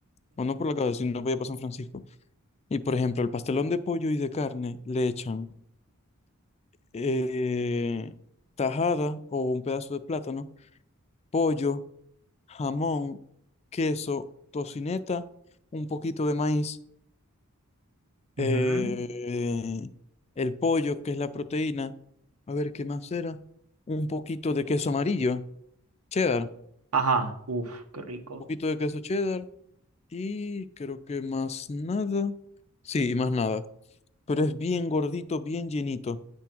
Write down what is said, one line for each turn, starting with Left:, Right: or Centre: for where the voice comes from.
Left: O no por la casa, sino por allá por San Francisco. Y por ejemplo, el pastelón de pollo y de carne le echan eh, tajada o un pedazo de plátano, pollo. jamón, queso, tocineta, un poquito de maíz, eh,
Right: Ujú, ujú.
Left: el pollo, que es la proteína. A ver, ¿qué más era? Un poquito de queso amarillo, cheddar,
Right: Ajá, uff, qué rico.
Left: un poquito de queso cheddar y creo que más nada. Sí, y más nada. Pero es bien gordito, bien llenito.